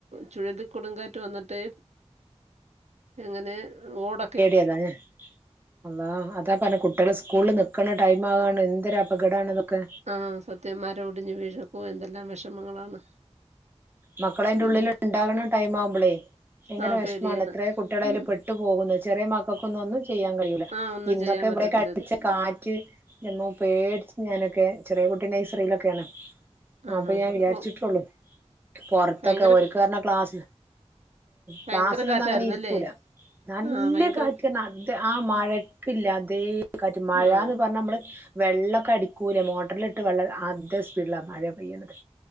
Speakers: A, on the right (about 80°); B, on the right (about 20°).
A: ചുഴലിക്കൊടുങ്കാറ്റ് വന്നിട്ടേ എങ്ങനെ ഓട
B: ഏതാലേ അള്ളാ അത പ കുട്ട്യാള് സ്കൂളില് നിക്ക്ണ ടൈം ആകാണ് എന്തൊര് അപകടാണ് ഇതോക്കെ
A: ആഹ് സത്യം മരം ഒടിഞ്ഞ് വീഴക്കൂ എന്തെല്ലാം വിഷമങ്ങളാണ്
B: മക്കളയിൻ്റെ
A: ഉം
B: ഉള്ളില് ഇണ്ടാക്ക്ണ ടൈം ആവുമ്പോളേ ഭയങ്കര
A: ആ
B: വിഷമാണ്
A: പേടിയാണ്
B: ഇത്ര കുട്ടിളൈല്
A: ഉം
B: പെ ട്ട് പോകുന്നു ചെറിയ മക്കൾക്കൊന്ന ഒന്നും ചെയ്യാൻ കഴിയൂല
A: ആ ഒന്നും
B: ഇന്നൊക്കെ
A: ചെയ്യാൻ പറ്റത്തില്ലല്ലേ
B: ഇവിടെക്കെ അടിച്ചെ കാറ്റ് ൻ്റെമ്മോ പേടിച്ച് ഞാനൊക്കെ ചെറിയ കുട്ടിയ നൈസറിയിലൊക്കെണ്.
A: ആ
B: അപ്പൊ
A: ഹാ
B: ഞാൻ
A: ഹാ
B: വിചാരിട്ടുള്ളൂ
A: ഓ
B: പൊറത്തൊക്കെ
A: ഭയങ്കര
B: ഓല്ക്ക്
A: ക-
B: പറ്ഞാ ക്ലാസ്സ്‌
A: ഭയങ്കര
B: ക്ലാസിലൊന്നും
A: കാറ്റായിരുന്നല്ലേ
B: അങ്ങനെ ഇരിക്കൂല നല്ല
A: ആ ഭയങ്കര
B: കാറ്റ്ന്ന അത് ആഹ് മഴ ക്ക് ല്ലാത്തെ കാറ്റ് മഴന്ന്
A: ആ
B: പറ്ണ മ്മള് വെള്ളക്കെ അടിക്കൂലെ മോട്ടറിലിട്ട് വെള്ള ആദേ സ്പീഡിലാ മഴ പെയ്യ്ണത്.